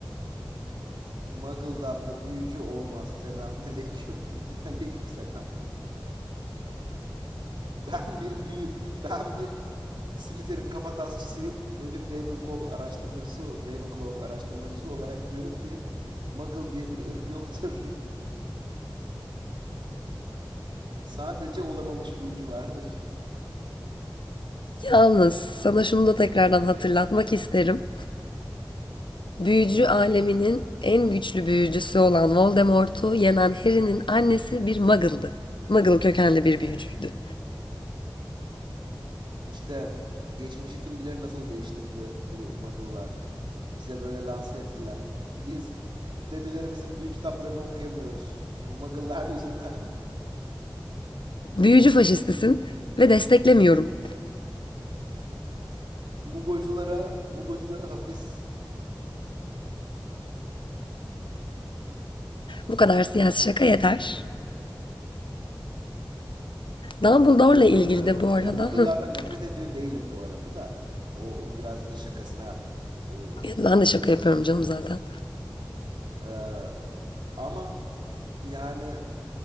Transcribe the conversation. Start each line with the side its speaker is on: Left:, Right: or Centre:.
Right: Muggledam'da büyücü olmaz. Selamünaleyküm. <laughs> Aleykümselam. Ben bir büyü ben bir Slytherin kafatasçısıyım ve bir Ravenclaw araştırmacısı Ravenclaw araştırmacısı olarak diyorum ki Muggle diye bir ırk yoktur. <laughs> Sadece olamamış büyücü vardır.
Left: Yalnız sana şunu da tekrardan hatırlatmak isterim. Büyücü aleminin en güçlü büyücüsü olan Voldemort'u yenen Harry'nin annesi bir muggle'dı. Muggle kökenli bir büyücüydü.
Right: İşte geçmişi kim bilir nasıl değiştirdi bu Muggle'lar. Bize böyle lanse ettiler. Biz dedelerimizin büyük kitaplarını okuyamıyoruz. Bu Muggle'lar yüzünden.
Left: Büyücü faşistisin ve desteklemiyorum.
Right: Mugoculara, Mugoculara hapis.
Left: Bu kadar siyasi şaka yeter. Dumbledore'la
Right: Muggle'ları,
Left: ilgili de bu arada.
Right: ya Muggle'lardan
Left: <laughs>
Right: nefret ediyor değilim bu arada da. O onu birazcık da şakasına yaptım ee,
Left: Ben de şaka
Right: şeyi.
Left: yapıyorum canım zaten.
Right: Ee, ama yani